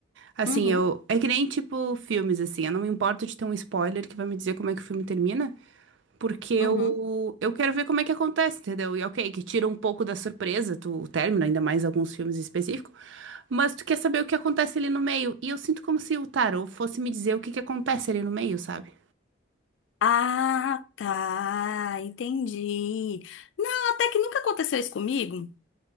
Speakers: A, on the right; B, on the left.
A: Assim,
B: Uhum,
A: eu. É que nem tipo filmes, assim. Eu não me importo de ter um spoiler que vai me dizer como é que o filme termina. Porque eu,
B: uhum.
A: eu quero ver como é que acontece, entendeu? E ok, que tira um pouco da surpresa, tu termina, ainda mais alguns filmes específicos. Mas tu quer saber o que acontece ali no meio. E eu sinto como se o tarô fosse me dizer o que que acontece ali no meio, sabe?
B: Ah, tá, entendi. Não, até que nunca aconteceu isso comigo.